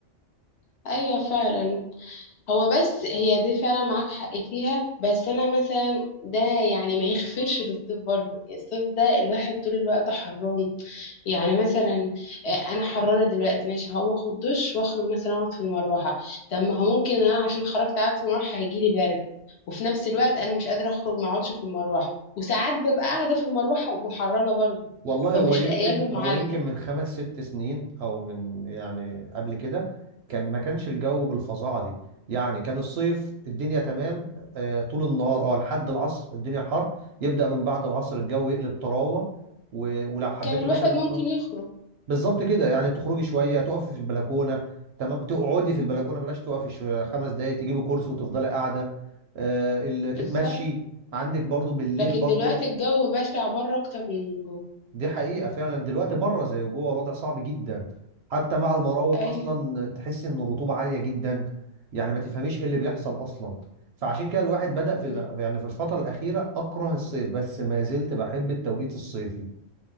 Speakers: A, on the left; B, on the right.
A: ايوه فعلا هو بس هي دي فعلا معاك حق فيها بس انا مثلا ده يعني ما يغفرش للصيف برضه الصيف ده الواحد طول الوقت حران يعني مثلا آه، انا حرانه دلوقتي ماشي هقوم اخد دش واخرج مثلا اقعد في المروحه طب ما هو ممكن انا عشان خرجت قعدت في المروحه هيجيلي برد وفي نفس الوقت انا مش قادره اخرج ما اقعدش في المروحه وساعات ببقى قاعده في المروحه وحرانه برضه
B: والله
A: فمش
B: هو يمكن
A: لاقيه له معالجه
B: هو يمكن من خمس ست سنين او من يعني قبل كده كان ما كانش الجو بالفظاعه دي يعني كان الصيف الدنيا تمام آه، طول النهار اه لحد العصر الدنيا حر يبدأ من بعد العصر الجو يقلب طراوه و- ولو حبيت
A: كان الواحد
B: مثلا
A: ممكن
B: اه
A: يخرج
B: بالظبط كده يعني تخرجي شويه تقفي في البلكونه تمام تقعدي في البلكونه بلاش تقفي شو- خمس دقايق تجيبي كرسي وتفضلي قاعده آه، ال- تتمشي
A: بالظبط
B: عندك برضو بالليل
A: لكن
B: برضو
A: دلوقتي الجو بشع بره اكتر من جوه
B: دي حقيقة فعلا دلوقتي بره زي جوه الوضع صعب جدا حتى مع المراوح
A: ايوه
B: أصلا تحس إن الرطوبة عالية جدا يعني ما تفهميش إيه اللي بيحصل أصلا فعشان كده الواحد بدأ في
A: م.
B: ال- يعني في الفترة الأخيرة أكره الصيف بس ما زلت بحب التوقيت الصيفي